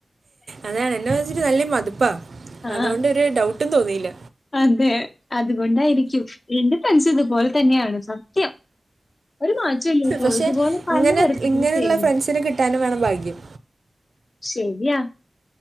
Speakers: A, on the right; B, on the left.
A: അതാണ് എന്നെ വച്ചിട്ട നല്ല മതിപ്പാ
B: ആഹ്
A: അതോണ്ട് ഒരു ഡൗട്ടും തോന്നിയില്ല
B: അതെ അതുകൊണ്ടായിരിക്കും എന്റെ ഫ്രണ്ട്സ് ഇതുപോലെ തന്നെയാണ് സത്യം ഒരു മാറ്റൊല്ല ഇപ്പ
A: പക്ഷെ
B: ഇതുപോലെ പറഞ്ഞു
A: ഇങ്ങനെ
B: വെറുപ്പിക്കും
A: ഇങ്ങനെയുള്ള
B: ചെയ്യണ്ട്
A: ഫ്രണ്ട്സിനെ കിട്ടാനും വേണം ഭാഗ്യം
B: ശരിയാ